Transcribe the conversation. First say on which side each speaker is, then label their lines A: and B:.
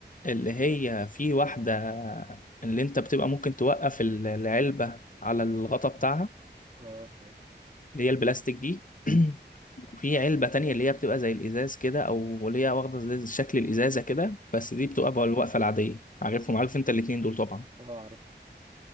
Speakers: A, on the left (about 45°); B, on the right (about 35°).
A: اللي هي في واحده اللي انت بتبقى ممكن توقف ال- العلبه على الغطا بتاعها
B: اه فاهم
A: اللي هي البلاستيك دي <clears throat>
B: ايوه
A: وفي علبه تانية اللي هي بتبقى زي الازاز كده او اللي هي واخده زي شكل الازازه كده بس
B: ايوه
A: دي بتبقى بقى الوقفه العاديه عارفهم عارف انت الاتنين دول طبعا
B: اه عارف